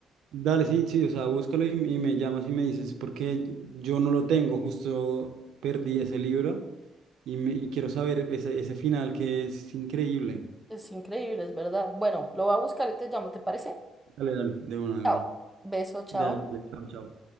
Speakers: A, on the right; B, in the centre.
A: Dale, sí, sí, o sea, búscalo y, y me llamas y me dices, porque yo no lo tengo, justo perdí ese libro y, me, y quiero saber ese, ese final que es increíble.
B: Es increíble, es verdad. Bueno, lo voy a buscar y te llamo, ¿te parece?
A: Dale, dale, de una, de
B: Chao.
A: una.
B: Beso, chao.
A: Dale, dale, chao, chao.